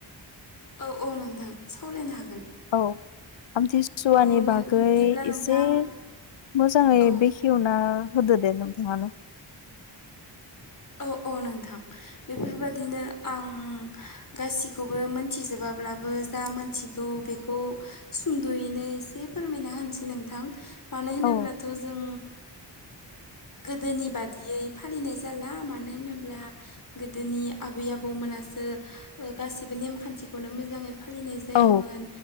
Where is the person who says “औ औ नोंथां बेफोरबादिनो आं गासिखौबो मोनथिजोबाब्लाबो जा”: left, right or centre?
Left